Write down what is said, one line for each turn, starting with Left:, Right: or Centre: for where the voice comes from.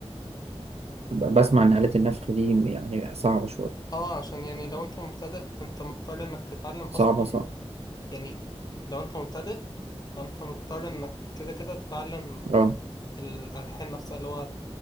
Right: بسمع ان آلات النفخ دي يعني صعبة شوية
Left: اه عشان يعني لو انت مبتدئ انت مضطر انك تتعلم اصلا
Right: صعبة صعبة
Left: يعني لو انت مبتدئ فانت مضطر انك كده كده تتعلم
Right: اه
Left: الالحان نفسها اللي هو